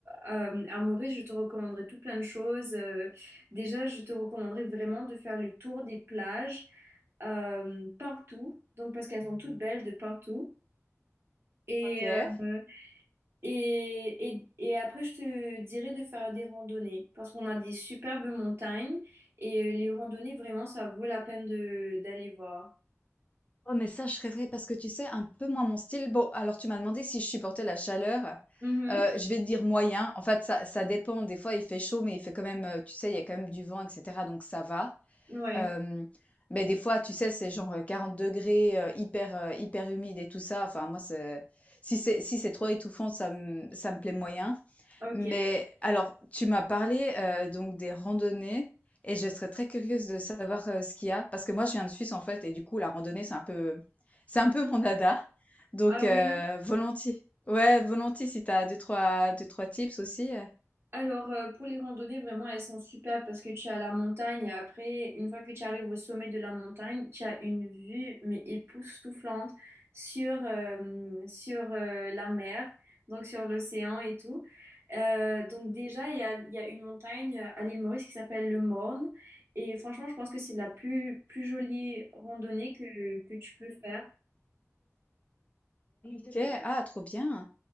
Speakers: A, on the right; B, on the left.
A: euh, à Maurice, je te recommanderais tout plein de choses. Euh, déjà, je te recommanderais vraiment de faire le tour des plages euh, partout, donc parce qu'elles sont toutes belles de partout. Et,
B: Ok.
A: euh, et, et, et après, je te dirais de faire des randonnées parce qu'on a des superbes montagnes et euh, les randonnées, vraiment, ça vaut la peine de d'aller voir.
B: Oh, mais ça, je rêverais parce que tu sais, un peu moins mon style. Bon, alors tu m'as demandé si je supportais la chaleur.
A: Mhm.
B: Euh, je vais te dire moyen. En fait, ça, ça dépend. Des fois, il fait chaud, mais il fait quand même, euh, tu sais, il y a quand même du vent, etc. Donc, ça va.
A: Ouais,
B: Euh, mais des fois, tu sais, c'est genre euh, 40 degrés, euh, hyper, euh, hyper humide et tout ça. Enfin, moi, c'est, si c'est, si c'est trop étouffant, ça me, ça me plaît moyen.
A: ok.
B: Mais alors, tu m'as parlé, heu, donc des randonnées et je serais très curieuse de savoir, heu, ce qu'il y a parce que moi je viens de Suisse en fait et du coup la randonnée c'est un peu c'est un peu mon dada donc
A: Ah oui.
B: heu, volontiers. Ouais, volontiers si t'as deux trois deux trois tips aussi,
A: Alors, euh, pour les randonnées, vraiment, elles sont super parce que tu es à la montagne et après, une fois que tu arrives au sommet de la montagne, tu as une vue, mais époustouflante sur, euh, sur euh, la mer, donc sur l'océan et tout. Euh, donc déjà, il y a, il y a une montagne à l'île Maurice qui s'appelle le Morne et franchement, je pense que c'est la plus, plus jolie randonnée que, que tu peux faire.
B: OK, ah trop bien.